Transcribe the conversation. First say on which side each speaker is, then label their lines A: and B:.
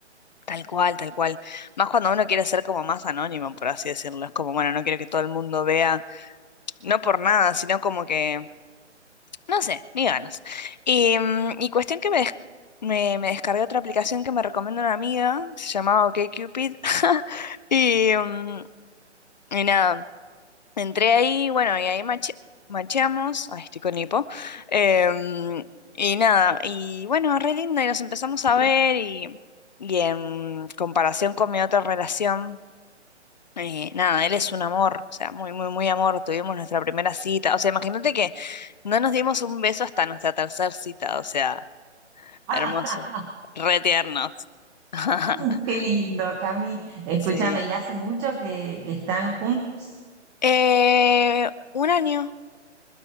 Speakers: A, on the left; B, on the right.
A: tal cual, tal cual. Más cuando uno quiere ser como más anónimo, por así decirlo. Es como, bueno, no quiero que todo el mundo vea, no por nada, sino como que, no sé, ni ganas. Y, mm, y cuestión que me, des- me, me descargué otra aplicación que me recomienda una amiga, se llamaba OkCupid. <laughs> Y, mm, y nada. Entré ahí, bueno, y ahí mache- macheamos. Ay, estoy con hipo. Em, y nada, y bueno, re lindo, y nos empezamos a ver, y, y en comparación con mi otra relación, eh, nada, él es un amor, o sea, muy, muy, muy amor. Tuvimos nuestra primera cita, o sea, imagínate que no nos dimos un beso hasta nuestra tercera cita, o sea,
B: <laughs>
A: hermoso, re tiernos. <laughs>
B: <laughs> Qué lindo, Cami. Escúchame,
A: Sí.
B: ¿ya hace mucho que, que están juntos?
A: Eh, un año,